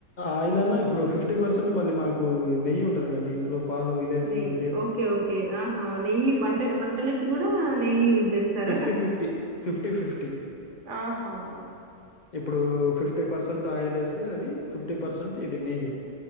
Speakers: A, on the left (about 50°); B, on the right (about 80°).
A: ఆయిల్ అన్నా ఇప్పుడు ఫిఫ్టీ పర్సెంట్ మళ్ళీ మాకు నెయ్యి ఉంటది కండి ఇంట్లో పాలు విలేజ్
B: నెయ్యి
A: గేదె
B: ఓకే ఓకే ఆహా నెయ్యి వంట వంటలకి కూడా నెయ్యి యూజ్ చేస్తారు
A: ఫిఫ్టీ ఫిఫ్టీ ఫిఫ్టీ ఫిఫ్టీ
B: ఆహా
A: ఇప్పుడు ఫిఫ్టీ పర్సెంట్ ఆయిల్ వేస్తే అది ఫిఫ్టీ పర్సెంట్ ఇది నెయ్యి